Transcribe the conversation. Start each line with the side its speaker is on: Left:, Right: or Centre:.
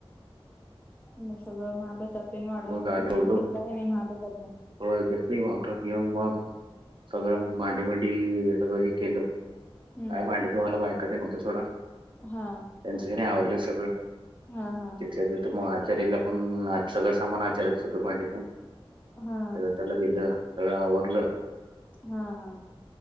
Left: म सगळं महा प्रसाद तेन वाढून.
Right: मग आलो
Left: तुम्ही
Right: बोललो,
Left: पण घेतला का नाही महाप्रसाद मग?
Right: होय घेतल की महाप्रसाद. येऊन मग सगळं मग भांडी भांडी ये सगळं हे केलं.
Left: हम्म
Right: काय भांडी धुवायला बायका ते नव्हत सोडा.
Left: हा.
Right: त्यांच त्यांनी आवरलं सगळ
Left: हा हा हा
Right: तिथल्या तित. त मग आचारीला पण आज सगळं सामान आचार्याचच होतं भांडीपण.
Left: हा
Right: त्याचं त्याला दिलं. सगळं आवरलं.
Left: हा हा.